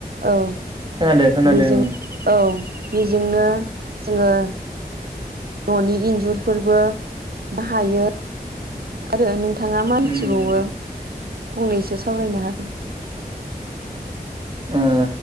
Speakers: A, on the right; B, on the right.
A: औ
B: खोनादों खोनादों
A: बेजों औ बेजोंनो जोंङो ननि इन्जुरफोरबो बाहायो। आरो नों थांङा मा‌नथिबावो।
B: उम
A: फंनैसो सावरायनो हागोन।
B: ओ